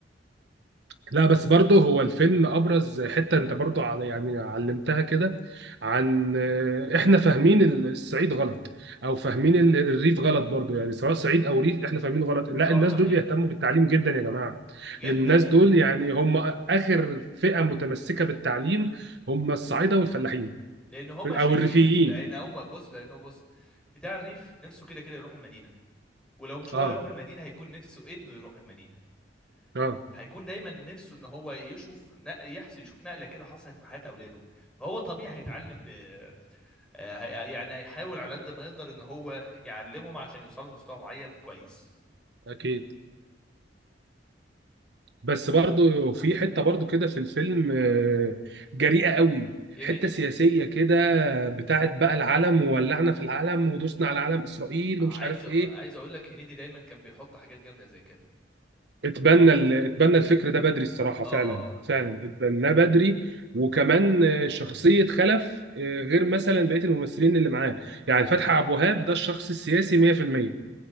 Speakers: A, on the right (about 70°); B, in the centre.
A: لا بس برضه هو الفيلم ابرز حته انت برضه على يعني علمتها كده عن آه، احنا فاهمين ال- الصعيد غلط او فاهمين ال- الريف غلط برضه يعني سواء صعيد او ريف احنا فاهمينه غلط لا
B: اه
A: الناس
B: ده
A: دول
B: حقيقي
A: بيهتموا بالتعليم جدا يا جماعه
B: جدا
A: الناس دول يعني هم اخر فئه متمسكه بالتعليم هم الصعايده والفلاحين
B: لان هم
A: او
B: شايفين
A: الريفيين
B: لان هم بص لانه بص بتاع الريف نفسه كده كده يروح المدينه ولو مش
A: اه
B: هو هيروح المدينه هيكون نفسه ابنه يروح المدينه
A: اه
B: هيكون دايما نفسه ان هو يشوف نق- يحصل يشوف نقله كده حصلت في حياه اولاده فهو طبيعي هيتعلم ب... آه، هي- يعني هيحاول على قد ما يقدر ان هو يعلمهم عشان يوصلوا لمستوى معين كويس
A: اكيد بس برضو في حته برضو كده في الفيلم آه، جريئه قوي
B: ايه
A: حته
B: هي
A: سياسيه كده بتاعت بقى العلم وولعنا في العلم ودوسنا على علم اسرائيل
B: عايز
A: ومش عارف
B: أ-
A: ايه
B: عايز اقول لك هنيدي دايما كان بيحط حاجات جامده زي كده
A: اتبنى ال- اتبنى الفكر ده بدري الصراحه
B: اه
A: فعلا
B: اه آه.
A: فعلا اتبناه بدري وكمان آه، شخصيه خلف آه، غير مثلا بقيه الممثلين اللي معاه يعني فتحي عبد الوهاب ده الشخص السياسي 100%